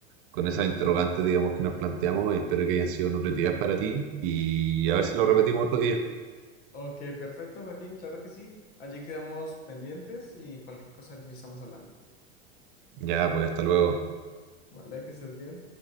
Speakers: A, on the right; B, on the left.
A: con esas interrogantes, digamos, que nos planteamos. Espero que hayan sido nutritivas para ti y a ver si lo repetimos otro día.
B: Ok, perfecto, Joaquín, claro que sí. Allí quedamos pendientes y cualquier cosa allí estamos hablando.
A: Ya, pues hasta luego.
B: Vale, que estés bien.